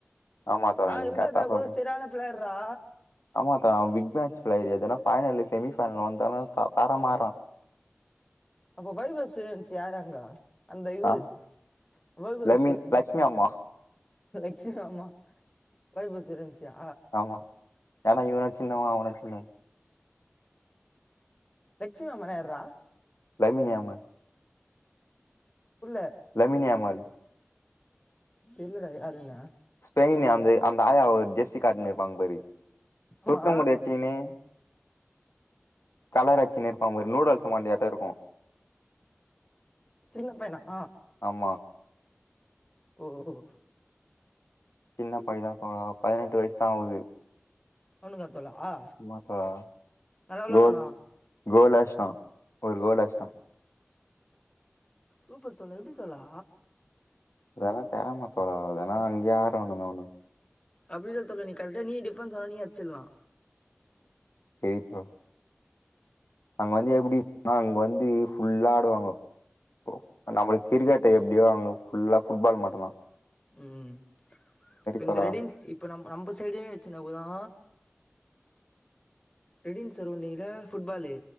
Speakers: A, on the left; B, on the left.
A: ஆமா தோழா
B: ஆ
A: நீங்க
B: இம்பாப்வே
A: கரெக்டா சொல்றீங்க
B: கூட செரியான பிளேயர்ரா.
A: ஆமா தல அவ பிக் மேச் பிளேயரு எதுனா ஃபைனல்ல செமிஃபைனல்ல வந்தானா சாதாரமா ஆட்றா.
B: அப்ப வைப சூரியவன்சி யாரு அங்க? அந்த இவுரு
A: ஆ
B: வைபவ்
A: லமீன்
B: சூரியவன்சி.
A: லட்சுமி அம்மா
B: லக்ட்சுர் ஆமா வைபசூரயவன்சியா?
A: ஆமா ஏனா இவுனு சின்னவ அவுனு சின்னவ.
B: லக்சுமிராமானா யார்ரா?
A: லமியமர்
B: புர்ல.
A: லமின் ஏமல்
B: தெர்லடா யாருனு?
A: ஸ்பெயின்ல அந்த அந்த ஆயா ஒரு ஜெஸ்ஸி காட்னுருப்பாங் பாரு
B: ஆமா
A: சுருட்ட முடி வெச்சுகினு. கலர் அச்சுகினு இர்பாங்க பாரு நூடுல்ஸ் மண்டையாட்டோ இருக்கு.
B: சின்ன பையன ஆ
A: ஆமா.
B: ஓ ஓ.
A: சின்ன பை தா‌ தோழா பதினெட்டு வயசு தா ஆவுது.
B: அவுனுக்கா தோழா?
A: ஆமா தோழா
B: நல்லா விளாடுவானா
A: கோல் கோல் ‌அச்ட்டா ஒரு கோல் அச்ட்டா.
B: சூப்பர் தோழா எப்டி தோழா?
A: அதெல்லா தெறம வேணா அங்கியே ஆறானுங்க அவுனுங்க
B: அப்டி இல்ல தோழா நீ கரெக்டா நீ டிஃபரன்ஸ் ஆனா நீயு அச்சில்லா.
A: தெரித் பா. அங்க வந்து எப்டினா அங்க வந்து ஃபுல்லா ஆடுவாங்கோ. ஒ நம்மளுக்கு கிரிக்கெட்ட எப்டியோ அங்க ஃபுல்லா ஃபுட்பால் மட்டுந்தா.
B: ம் இப்போ இந்த
A: தோழா
B: ரெடின்ஸ் இப்போ நம் நம்ப சைடுன் வெச்சுனப்பதா ரெடின் சரவுண்டிங்ல ஃபுட்பாலு